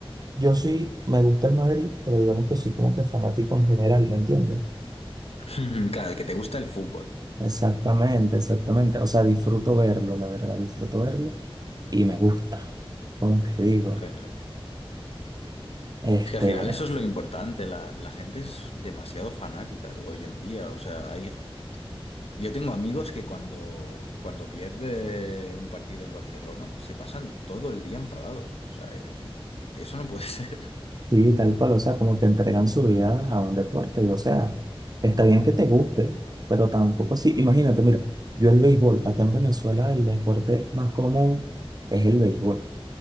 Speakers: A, on the right; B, on the left.
A: yo sí me gusta el Madrid, pero digamos que soy como que fanático en general, ¿me entiendes?
B: <laughs> Claro, que te gusta el fútbol.
A: Exactamente, exactamente. O sea, disfruto verlo, la verdad, disfruto verlo y me gusta, como te digo.
B: Claro.
A: Este,
B: Es que al final eso es lo importante, la, la gente es demasiado fanática hoy en día, o sea, hay, Yo tengo amigos que cuando, cuando pierde un partido el Barcelona se pasan todo el día enfadados. O sea, eh, eso no puede <laughs> ser.
A: sí, tal cual, o sea, como que entregan su vida a un deporte y, o sea, está bien que te guste, pero tampoco sí. Imagínate, mira, yo el béisbol, acá en Venezuela el deporte más común es el béisbol